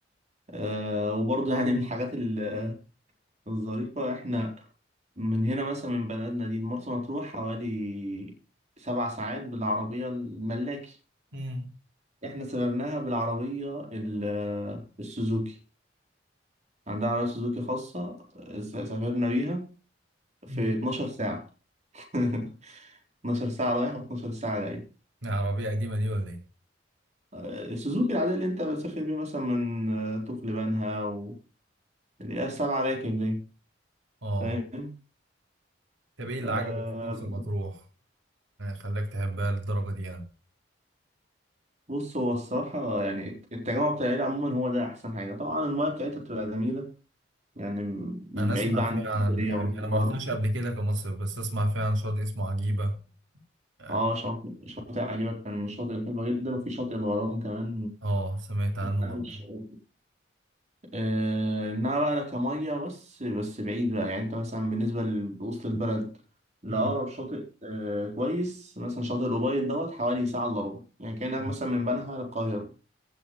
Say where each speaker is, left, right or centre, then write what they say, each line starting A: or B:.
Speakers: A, on the right; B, on the right.
A: أه وبرضه يعني من الحاجات ال- الظريفة إحنا من هنا مثلا من بلدنا دي مرسى مطروح حوالي سبع ساعات بالعربية الملاكي
B: مم،
A: احنا سافرناها بالعربية ال- السوزوكي عندها عربية سوزوكي خاصة س- سافرنا بيها في
B: مم.
A: 12 ساعة <laughs> 12 ساعة رايح و12 ساعة جاي
B: يا عربية قديمة دي ولا ايه
A: آه، السوزوكي العادية اللي انت بتسافر بيها مثلا من آه، طوق لبنها و اللي هي السبعة راكب دي
B: آه
A: فاهم
B: طب ايه اللي
A: آه،
B: عجبك في مرسى مطروح آه، خلاك تحبها للدرجة دي يعني
A: بص هو الصراحة يعني التجمع بتاع العيلة عموما هو ده أحسن حاجة طبعا المايه بتاعتها بتبقى جميلة يعني م-
B: انا
A: بعيد
B: اسمع
A: بقى
B: فيها
A: عن اسكندرية
B: عن يعني
A: وراس
B: انا
A: البر
B: ما رحتش قبل كده كمصيف بس اسمع فيها عن شاطئ اسمه عجيبة يعني
A: اه شاطئ شاطئ عجيبة كان شاطئ حلوة جدا وفي شاطئ الغرام كمان
B: آه سمعت عنه
A: من أحلى
B: برضه
A: الشواطئ آه، إنها بقى كمية بس بس بعيد بقى يعني أنت مثلا بالنسبة لوسط البلد لأقرب
B: مم،
A: شاطئ آه كويس مثلا شاطئ الأوبايد دوت حوالي ساعة إلا ربع يعني كأنك
B: مم،
A: مثلا من بنها للقاهرة